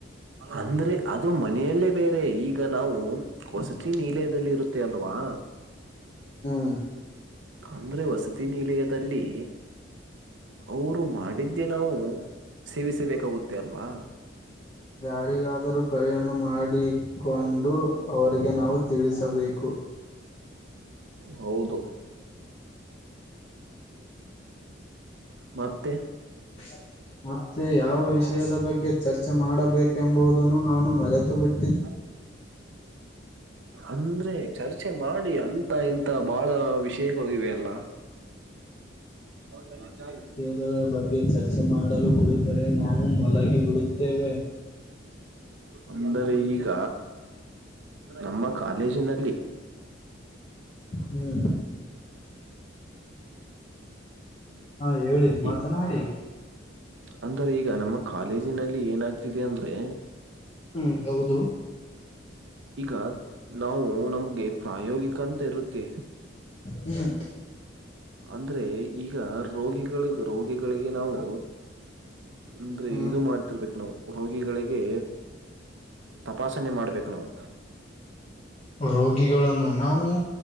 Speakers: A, on the right; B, on the left.
A: ಅಂದ್ರೆ ಅದು ಮನೆಯಲ್ಲೇ ಬೇರೆ ಈಗ ನಾವು. ವಸತಿ ನಿಲಯಲದಲ್ಲಿ ಇರುತ್ತೆ ಅಲ್ವಾ.
B: ಹ್ಮ್
A: ಅಂದ್ರೆ ವಸತಿ ನಿಲಯದಲ್ಲಿ. ಅವರು ಮಾಡಿದ್ದೇ ನಾವು ಸೇವಿಸಬೇಕಾಗುತ್ತೆ ಅಲ್ವಾ.
B: ಯಾರಿಗಾದರೂ ಕರೆಯನ್ನು ಮಾಡಿಕೊಂಡು ಅವರಿಗೆ ನಾವು ತಿಳಿಸಬೇಕು.
A: ಹೌದು ಮತ್ತೆ.
B: <inaudible> ಮತ್ತೆ ಯಾವ ವಿಷಯದ ಬಗ್ಗೆ ಚರ್ಚೆ ಮಾಡಬೇಕೆಂಬುದನ್ನು ನಾನು ಮರೆತು ಬಿಟ್ಟ.
A: <inaudible> ಅಂದ್ರೆ ಚರ್ಚೆ ಮಾಡಿ ಅಂತ ಇಂತ ಬಾಳ ವಿಷಯಗಳು ಇವೆ ಅಲ್ಲ. <unintelligible>
B: ವಿಷಯದ ಬಗ್ಗೆ. ಚರ್ಚೆ ಮಾಡಲು ಕುಡಿತರೆ ನಾವು ಮಲಗಿ ಬಿಡುತ್ತೇವೆ.
A: ಅಂದರೆ ಈಗ. ನಮ್ಮ ಕಾಲೇಜಿನಲ್ಲಿ.
B: ಹ್ಮ್ ಹಾ ಹೇಳಿ ಮಾತನಾಡಿ.
A: ಈ ಅಂದ್ರೆ ಈಗ ನಮ್ಮ ಕಾಲೇಜಿನಲ್ಲಿ ಏನಾಗ್ತಿದೆ ಅಂದ್ರೆ.
B: ಹ್ಮ್ ಹೌದು
A: ಈಗ ನಾವು ನಮ್ಗೆ ಪ್ರಾಯೋಗಿಕ ಅಂತ ಇರುತ್ತೆ.
B: ಹ್ಮ್
A: ಅಂದ್ರರೆ ಈಗ ರೋಗಿಗಳು ರೋಗಿಗಳಿಗೆ ನಾವು. ಅಂದ್ರೀ
B: ಹ್ಮ್
A: ಇದು ಮಾಡ್ತಿರ್ಬೇಕಕ್ ನಾವು. ರೋಗಿಗಳಿಗೆ ತಪಾಸಣೆ ಮಾಡ್ಬೇಕು ನಾವು.
B: ರೋಗಿಗಳನ್ನು ನಾವು.